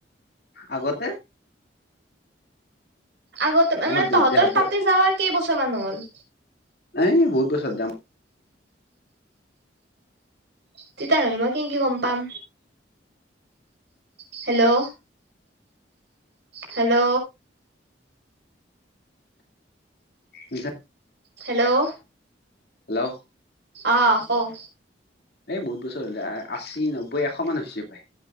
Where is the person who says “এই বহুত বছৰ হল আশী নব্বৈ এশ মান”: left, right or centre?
Left